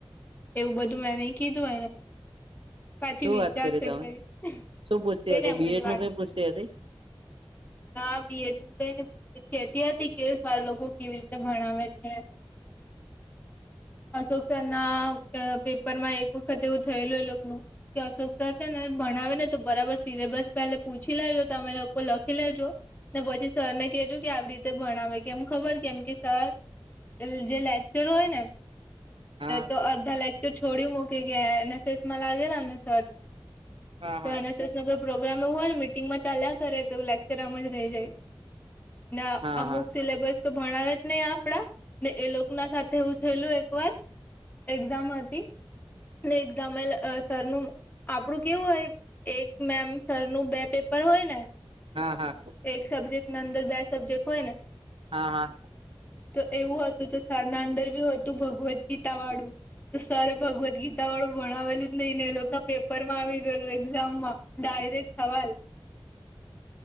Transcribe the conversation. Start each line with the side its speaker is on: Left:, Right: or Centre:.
Left: એવું બધું મેં નઈ કીધું એને. પાછી
Right: શું
Left: વિચારશે
Right: વાત કરી તમે
Left: કઈ
Right: શું પૂછતી
Left: તેમ
Right: હતી બીએડ
Left: વાત
Right: નું કઈ
Left: <unintelligible>
Right: પૂછતી હતી
Left: હા <unintelligible> કઈને કે હતી કે સર લોકો કેવી રીતે ભણાવે છે <inaudible> અશોક સર ના પેપરમાં એક વખત એવું થયેલું એ લોકોનું કે અશોક સરર છે ને ભણાવે ને તો બરાબર સિલેબસ પહેલે પૂછી લેજો તમે લોકો લખી લેજો ને પછી સરને કેજો કે આવી રીતે ભણાવે કે એમ ખબર કેમ કે સર જે લેક્ચર હોય ને
Right: હા
Left: તો અડધા લેકચર છોડી મૂકી ગયા એનએસએસ માં લાગેલા ને સર
Right: હા
Left: તો
Right: હા
Left: એનએસસ નો કોઈ પ્રોગ્રામ એવું હોય ને મિટિંગમાં ચાલ્યા કરે તો લેક્ચર આમ જ રહી જાય. ને
Right: હા
Left: અમુક
Right: હા
Left: સિલેબસ તો ભણાવે જ નહી આપડા ને એ લોકો ના સાથે હું થયેલું એક વાર એક્ઝામ હતી એક્ઝામ સરનું આપણું કેવું હોય? એક મેમ સર નું બે પેપર હોય ને?
Right: હા, હા.
Left: એક સબ્જેક્ટ ના અંદર બે સબ્જેક્ટ હોય ને?
Right: હા હા
Left: તો એવું હતું તો સરના અંદર બી હતું ભગવદ્ ગીતા વાળું. તો સર ભગવદ ગીતા વાળું ભણાવેલું જ નહી ને એ લોકો ના પેપર માં આવી ગયેલું એક્ઝામમાં. ડાયરેક્ટ સવાલ